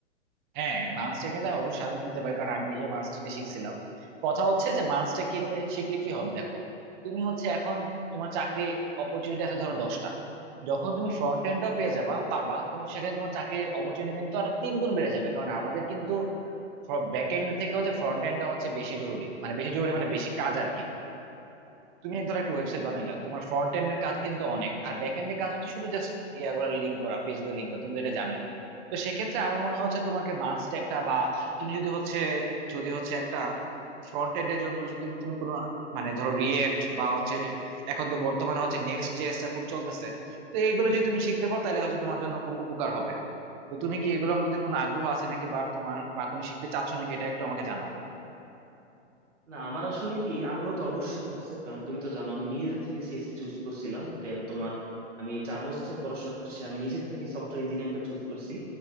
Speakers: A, on the right; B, on the right.
A: হ্যাঁ বার্নসটেক কিন্তু আমি অবশ্যই সাজেশন দিতে পারি কারণ আমি নিজে বার্নসটেকটা শিখছিলাম কথা হচ্ছে যে বার্নসটেক কিনলে শিখলে কি হবে দেখো তুমি হচ্ছে এখন তোমার চাকরির অপরচুনিটি আছে ধরো দশটা যখন তুমি ফ্রন্ট এন্ডটাও পেয়ে যাবা পারবা তখন সেখানে তোমার চাকরির অপরচুনিটি কিন্তু আর তিন গুণ বেড়ে যাবে কারণ আমাদের কিন্তু ব্যাক এন্ড থেকে হচ্ছে ফ্রন্ট এন্ডটা হচ্ছে বেশি জরুরি মানে বেশি জরুরি মানে বেশি কাজ আর কি তুমি ধরো একটা ওয়েবসাইট
B: হুম
A: বানাইলা তোমার ফ্রন্ট এন্ড এর কাজ কিন্তু অনেক আর ব্যাক এন্ড এর কাজ হচ্ছে শুধু জাস্ট ইয়াগুলো লিঙ্ক করা পেজ গুলো লিঙ্ক করা তুমি তো এটা জানোই তো সেক্ষেত্রে আমার মনে হয় হচ্ছে তোমাকে মাস্ট একটা বা তুমি যদি হচ্ছে যদি হচ্ছে একটা ফ্রন্ট এন্ড এর জন্য যদি তুমি কোনো মানে ধরো রিয়েক্ট বা হচ্ছে এখন তো বর্তমানে হচ্ছে নেক্সট জেএসটা খুব চলতেছে তো এইগুলো যদি তুমি শিখতে পারো তাহলে হচ্ছে তোমার জন্য খুব উপকার হবে তো তুমি কি এগুলোর মধ্যে কোনো আগ্রহ আছে নাকি বা তোমার বা কোনো শিখতে চাচ্ছ নাকি এটা একটু আমাকে জানাও
B: না আমার আসলে কি আগ্রহ তো অবশ্যই আছে কারণ তুমি তো জানো আমি নিজে থেকে সিএসসি চুজ করছিলাম দেন তোমার আমি চার বছর পড়াশোনা শেষে আমি নিজে থেকে সফটওয়্যার ইঞ্জিনিয়ারিংটা চুজ করছি